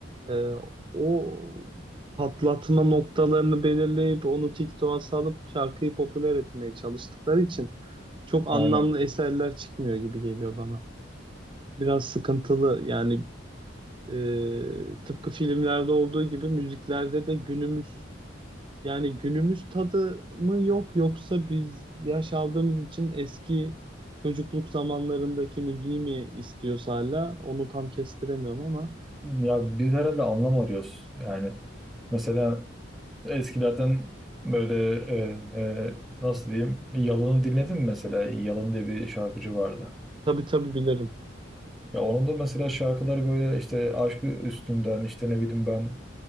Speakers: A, on the right; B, in the centre.
A: e, o patlatma noktalarını belirleyip onu TikTok'a salıp şarkıyı popüler etmeye çalıştıkları için çok anlamlı
B: Aynen.
A: eserler çıkmıyor gibi geliyor bana. Biraz sıkıntılı yani Ee, tıpkı filmlerde olduğu gibi müziklerde de günümüz yani günümüz tadı mı yok yoksa biz yaş aldığımız için eski çocukluk zamanlarındaki müziği mi istiyoruz hala onu tam kestiremiyorum ama
B: Ya biz herhalde anlam arıyoruz. Yani mesela eskilerden böyle e, e, nasıl diyeyim Yalan'ı dinledin mi mesela? Yalan diye bir şarkıcı vardı.
A: tabii tabii bilirim.
B: Ya onun da mesela şarkıları böyle işte aşkı üstünden işte ne bileyim ben